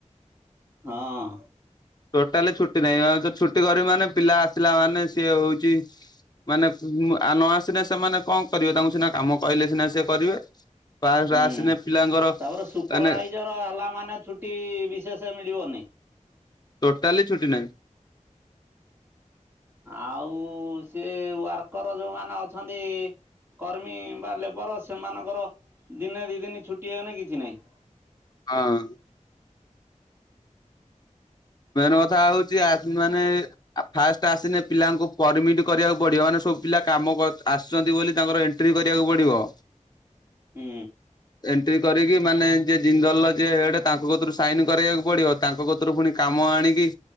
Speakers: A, on the right (about 15°); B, on the left (about 30°).
A: ହଁ
B: ଟୋଟାଲି ଛୁଟି ନାହିଁ ମେ ତ ଛୁଟି କରିବି ମାନେ ପିଲା ଆସିଲା ମାନେ ସିଏ ହଉଛି ମାନେ ଆ ନ ଆସିନେ ସେମାନେ କଣ କରିବେ ତାଙ୍କୁ ସିନା କାମ କହିଲେ ସିନା ସିଏ କରିବେ। ଫାଷ୍ଟ
A: ହୁଁ
B: ଆସିଲେ ପିଲାଙ୍କର
A: ତାପରେ ସୁପରଭାଇଜର
B: ମାନେ
A: ହେଲା ମାନେ ଛୁଟି ବିଶେଷ ମିଳିବନି।
B: ଟୋଟାଲି ଛୁଟି ନାହିଁ।
A: ଆଉ ଉ ସିଏ ୱାର୍କର ଯୋଉମାନେ ଅଛନ୍ତି। କର୍ମୀ ବା ଲେବର ସେମାନଙ୍କର ଦିନେ ଦି ଦିନ ଛୁଟି ହେଲେ କିଛି ନାହିଁ।
B: ହଁ। ମେନ୍ କଥା ହଉଚି ଆଜି ମାନେ ଫାଷ୍ଟ ଆସିନେ ପିଲାଙ୍କୁ ପରମିଟ କରିବାକୁ ପଡିବ ମାନେ ସବୁ ପିଲା କାମ ଆସୁଛନ୍ତି ବୋଲି ତାଙ୍କର ଏଣ୍ଟ ଏଣ୍ଟ୍ରି କରିବାକୁ ପଡିବ।
A: ହୁଁ।
B: ଏଣ୍ଟ୍ରି କରିକି ମାନେ ଯିଏ ଜିନ୍ଦଲ ଯିଏ ହେଡ ତାଙ୍କ କତୁରୁ ସାଇନ କରେଇବାକୁ ପଡିବ। ତାଙ୍କ କତୁରୁ ପୁଣି କାମ ଆଣିକି